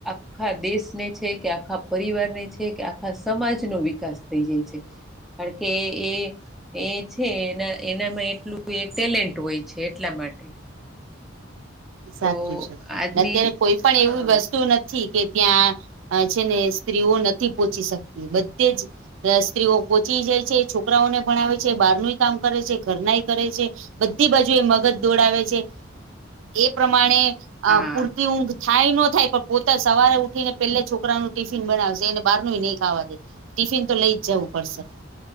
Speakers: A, in the centre; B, on the right.
A: આખા દેશને છે કે આખા પરિવારને છે, કે આખા સમાજનોો વિકાસ થઈ જાય છે. કારણ કે એ એ જ છે એના એનામાં એટલું એ ટેલેન્ટ હોય છે, એટલા માટે
B: સાચું
A: તો
B: છે,
A: આજની
B: અત્યારે કોઈ પણ
A: હા
B: એવી વસ્તુ નથી કે ત્યાં છે ને સ્ત્રીઓ નથી, પહોચી શકતી બધે જ સ્ત્રીઓ પોહોંચી જાય છે છોકરાઓને ભણાવે છે બહાર ન કામ કરે છે, ઘરનાય કરે છે. બધી બાજુ એ મગજ દોડાવે છે, એ પ્રમાણે
A: હા
B: પૂરતી ઊંઘ થાય ન થાય પણ પોતા સવારે ઉઠીને પેલે છોકરાનું ટિફિન બનાવશે અનેને બારનું નહી ખાવા દે ટિફિન તો લઈ જ જવું પડશે